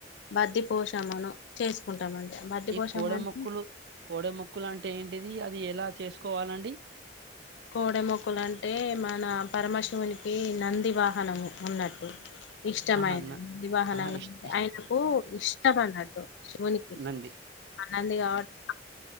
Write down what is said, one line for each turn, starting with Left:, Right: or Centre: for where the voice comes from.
Left: మద్ది పోషమను చేసుకుంటామండి బద్ది
Right: ఈ
Left: పోషమ
Right: కోడ
Left: అంటే
Right: మొక్కులు కోడ మొక్కులు అంటే ఏంటిది అది ఎలా చేస్ కోవాలండి
Left: కోడె మొక్కలు అంటే మన పరమశివునికి నంది వాహనము ఉన్నట్టు ఇష్టమైన
Right: ఆహా న
Left: నందివాహనంగా
Right: ఆహా ఇష్ ఇష్
Left: ఆయనకు ఇష్టం అన్నట్టు శివునికి
Right: నంది
Left: ఆ నంది కావట్